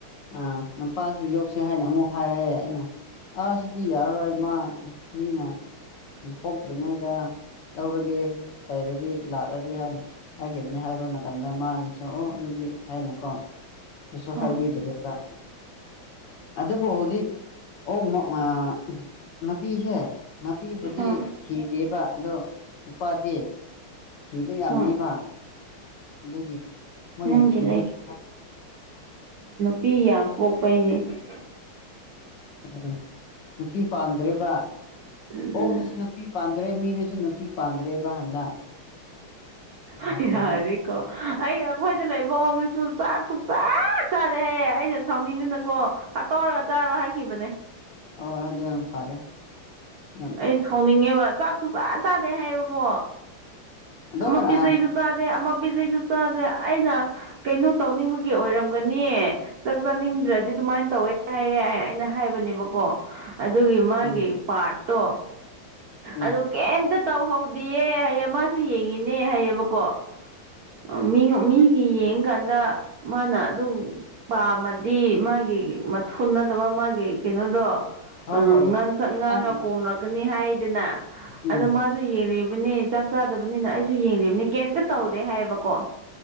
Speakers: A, on the left; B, on the right.
A: ꯑꯥ ꯅꯨꯄꯥꯁꯤ ꯌꯧꯛꯁꯦ ꯍꯥꯏꯅ ꯑꯃꯨꯛ ꯍꯥꯏꯔꯛꯑꯦ ꯑꯩꯅ ꯑꯥ ꯁꯤꯗꯤ ꯌꯥꯔꯔꯣꯏ ꯃꯥ ꯃꯤꯅ ꯎꯝ ꯄꯣꯛꯇ꯭ꯔꯤꯉꯩꯗ ꯂꯧꯔꯒꯦ ꯂꯩꯔꯗꯤ ꯂꯥꯛꯂꯗꯤ ꯍꯥꯏꯅ ꯍꯥꯏꯈꯤꯕꯅꯤ ꯍꯥꯏꯕ ꯃꯇꯝꯗ ꯃꯥꯅꯨꯁ ꯑꯣ ꯑꯗꯨꯗꯤ ꯍꯥꯏꯅꯀꯣ ꯀꯩꯁꯨ
B: ꯍꯥ
A: ꯍꯥꯏꯕꯤꯗ꯭ꯔꯦꯕ ꯑꯗꯕꯨ ꯍꯧꯖꯤꯛ ꯑꯣꯛ ꯑꯃꯨꯛ ꯑꯥ ꯃꯄꯤꯁꯦ ꯃꯄꯤꯕꯨꯗꯤ
B: ꯍꯥ
A: ꯊꯤꯗꯦꯕ ꯑꯗꯣ ꯅꯨꯄꯥꯗꯤ ꯊꯤꯕ ꯌꯥꯝꯃꯦꯕ
B: ꯍꯥ
A: ꯑꯗꯨꯒꯤ ꯃꯣꯏꯅ
B: ꯅꯪꯒꯤ
A: ꯊꯤꯕꯕꯁꯤ
B: ꯄꯤ ꯌꯥꯝ ꯄꯣꯛꯄꯩꯅꯦ ꯍꯤꯍꯤ
A: ꯑꯣ ꯅꯨꯄꯤ ꯄꯥꯝꯗ꯭ꯔꯦꯕ
B: ꯑꯗꯨꯅ
A: ꯑꯣꯛꯗꯁꯨ ꯅꯨꯄꯤ ꯄꯥꯝꯗ꯭ꯔꯦ ꯃꯤꯗꯁꯨ ꯅꯨꯄꯤ ꯄꯥꯝꯗ꯭ꯔꯦꯕ ꯍꯟꯗꯛ ꯌꯥꯗ꯭ꯔꯦꯕ
B: ꯑꯍꯤꯍꯤꯍꯤꯍꯤ ꯌꯥꯔꯦꯀꯣ ꯑꯩ ꯑꯩꯈꯣꯏꯗ ꯂꯩꯕ ꯑꯣꯛꯇꯨꯁꯨ ꯆꯥꯛꯁꯨ ꯁꯨꯛꯆꯥ ꯆꯥꯗꯦ ꯍꯥꯏꯌꯦ ꯑꯩꯅ ꯁꯥꯎꯅꯤꯡꯗꯅꯀꯣ ꯇꯣꯛꯔꯒ ꯆꯥꯔꯣ ꯍꯥꯏꯈꯤꯕꯅꯦ
A: ꯑꯣ ꯑꯗꯨꯅ ꯐꯔꯦ ꯎꯝ
B: ꯑꯩ ꯁꯥꯎꯅꯤꯡꯉꯦꯕ ꯆꯥꯛ ꯁꯨꯛꯆꯥ ꯆꯥꯗꯦ ꯍꯥꯏꯌꯦꯕꯀꯣ
A: ꯑꯗꯣ
B: ꯑꯃ
A: ꯈꯔ
B: ꯄꯤꯖꯩꯁꯨ ꯆꯥꯗꯦ ꯑꯃ ꯄꯤꯖꯩꯁꯨ ꯆꯥꯗꯦ ꯑꯩꯅ ꯀꯩꯅꯣ ꯇꯧꯅꯤꯡꯕꯒꯤ ꯒꯤ ꯑꯣꯏꯔꯝꯒꯅꯤ ꯆꯥꯛ ꯆꯥꯅꯤꯡꯗ꯭ꯔꯗꯤ ꯑꯗꯨꯃꯥꯏꯅ ꯇꯧꯋꯦ ꯍꯥꯏꯌꯦ ꯑꯩꯅ ꯍꯥꯏꯕꯅꯦꯕꯀꯣ ꯑꯗꯨꯒꯤ ꯃꯥꯒꯤ
A: ꯎꯝ
B: ꯄꯥꯔꯠꯇꯣ
A: ꯎꯝ
B: ꯑꯗꯨ ꯀꯩꯝꯇ ꯇꯧꯍꯧꯗꯤꯌꯦ ꯍꯥꯏꯌꯦ ꯃꯥꯁꯨ ꯌꯦꯡꯉꯤꯅꯦ ꯍꯥꯏꯌꯦꯕꯀꯣ ꯃꯤ ꯃꯤꯒꯤ ꯌꯦꯡꯀꯥꯟꯗ ꯃꯥꯅ ꯑꯗꯨ ꯄꯥꯝꯃꯗꯤ ꯃꯥꯒꯤ ꯒꯤ ꯃꯊꯨꯟ ꯅꯠꯇꯕ ꯃꯥꯒꯤ ꯀꯩꯅꯣꯗꯣ
A: ꯍꯣꯏ
B: ꯎꯝ
A: ꯍꯣꯏ
B: ꯉꯪ ꯁꯛ ꯉꯥꯡꯉꯒ
A: ꯈꯪꯉꯦ
B: ꯄꯣꯝꯂꯛꯀꯅꯤ ꯍꯥꯏꯌꯦ ꯑꯗꯨꯅ
A: ꯎꯝ
B: ꯑꯗꯣ ꯃꯥꯁꯨ ꯌꯦꯡꯂꯤꯕꯅꯦ ꯆꯥꯛ ꯆꯥꯗꯕꯅꯤꯅ ꯑꯩꯁꯨ ꯌꯦꯡꯂꯤꯕꯅꯤ ꯀꯩꯝꯇ ꯇꯧꯗꯦ ꯍꯥꯏꯌꯦꯕꯀꯣ